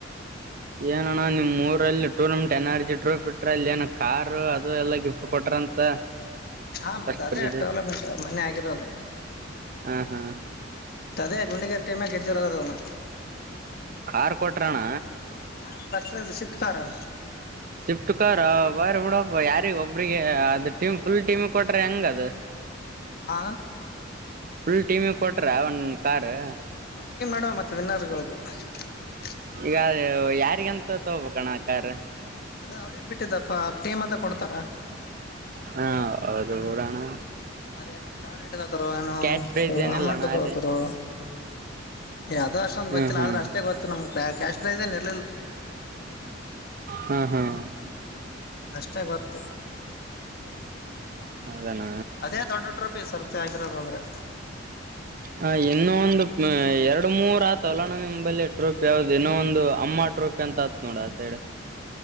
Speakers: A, on the right; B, on the left.
A: ಏನಣ ನಿಮ್ಮೂರಲ್ಲಿ ಟೂರ್ನರ್ಮೆಂಟ್ ಏನ್ ಆರ್ಜಿಟ್ರೂಪಿಟ್ರಲ್ಲಿ ಏನ ಕಾರು ಅದು ಎಲ್ಲಾ ಗಿಫ್ಟ್ ಕೊಟ್ರಂತ.
B: ಹಾ ಮತ್ತೆ
A: ಫಸ್ಟ್
B: ಅದೇ
A: ಪ್ರೈಜ್
B: ಡೆವಲಪ್ಮೆಂಟ್ ಮನೆ ಆಗಿರೋದು.
A: ಹಾ ಹಾ
B: ಅದೇ ಗುಂಡಿಗರಿ ಟೀಮೆ ಗೆದ್ದಿರದದನ್ನ.
A: ಕಾರ್ ಕೊಟ್ರಣ್ಣ.
B: ಹಾ first prize shift car.
A: Shift car ಬಾರಿ ಬಿಡಪ್ಪ ಯಾರಿ ಒಬ್ರಿಗೆ ಅದ ಟೀಮ್ ಫುಲ್ ಟೀಮ ಕೊಟ್ರ ಹೆಂಗದು.
B: ಹಾ
A: ಫುಲ್ ಟೀಮಿಗ್ ಕೊಟ್ರ ಒಂದು ಕಾರು
B: ಒಂದ್ ಟೀಮ್ ಮಾಡುವ ಮತ್ತೆ <inaudible>
A: ಈಗ ಯಾರಿಗಂತ ತಗಬೇಕಣ ಕಾರು.
B: ಅದ ಅವ್ರಗ್ ಬಿಟ್ಟಿದ್ದಪ್ಪ ಅವ್ರ ಟೀಮ್ ಅಂತ ಕೊಡ್ತಾರ.
A: ಹಾ ಅದು ರಣ.
B: ಅದೇನು ಕಾರಿಟ್ಕೊತ್ತಾರೋ ಏನೋ
A: ಕ್ಯಾಶ್ ಪ್ರೈಸ್ ಏನಿಲ್ಲ
B: ಗೌರ್ಮಂಟ್
A: ಅಣ್ಣ
B: ತಗೋತರು
A: ಅದೇ
B: ಅದು ಅಷ್ಟೊಂದು
A: ಹ್ಞೂ
B: ಗೊತ್ತಿಲ್ಲ
A: ಹ್ಞೂ
B: ಆದ್ರೆ ಅಷ್ಟೇ ಗೊತ್ತು ನಮ್ ಕ್ಯಾಶ್ <unintelligible>
A: ಹಾಂ ಹಾಂ.
B: ಅದಷ್ಟೇ ಗೊತ್ತು.
A: ಹೌದಣ್ಣ
B: ಅದೇ ದೊಡ್ಡ ಟ್ರೊಫಿ ಸರ್. ಚಾಕಿರ ಬಂದ್ರೆ.
A: ಹ ಇನ್ನೊಂದು ಎರಡು ಮೂರ್ ಆತಲೋಣ ನಿಮ್ ಬಲ್ಲಿ. ಹತ್ತು ರೂಪಾಯಿದು ಇನ್ನೋ ಒಂದು ಅಮ್ಮ. ಟ್ರೊಪಿ ಅಂತ ಆತ್ ನೋಡ ಅ ಸೈಡ.